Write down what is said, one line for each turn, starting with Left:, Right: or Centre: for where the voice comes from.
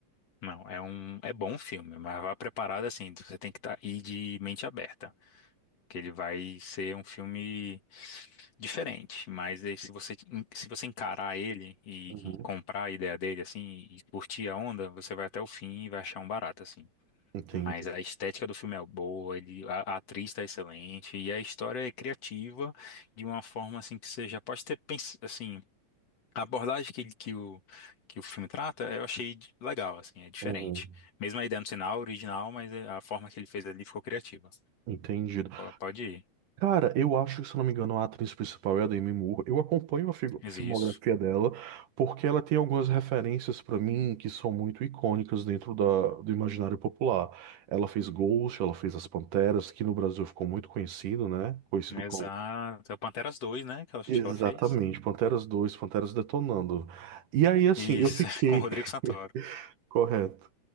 Left: Não, é um é bom filme, mas vá preparado assim, você tem que tá, ir de mente aberta, que ele vai ser um filme diferente, mas aí se você se você encarar ele e,
Right: Uhum.
Left: e comprar a ideia dele assim e curtir a onda, você vai até o fim e vai achar um barato assim.
Right: Entendi.
Left: Mas a estética do filme é boa, ele, a, a atriz está excelente e a história é criativa de uma forma assim que você já pode ter pensado assim a abordagem que, ele- que, o, que o filme trata, eu achei di- legal, assim, é diferente.
Right: Uhum.
Left: Mesmo a ideia não sinal original, mas é, a forma que ele fez ali ficou criativa.
Right: Entendido.
Left: P- Pode ir.
Right: Cara, eu acho que, se eu não me engano, a atriz principal é a Demi Moore. Eu acompanho a figu-
Left: Mas
Right: a filmografia
Left: Isso.
Right: dela porque ela tem algumas referências pra mim que são muito icônicas dentro da, do imaginário popular. Ela fez Ghost, ela fez As Panteras, que no Brasil ficou muito conhecido, né? Conhecido
Left: Exato.
Right: como...
Left: É o Panteras Dois, né? Que eu acho
Right: Exatamente,
Left: que ela fez.
Right: Panteras 2, Panteras Detonando. E aí, assim,
Left: Isso,
Right: eu fiquei...
Left: <laughs> com o Rodrigo Santoro.
Right: <laughs> Correto.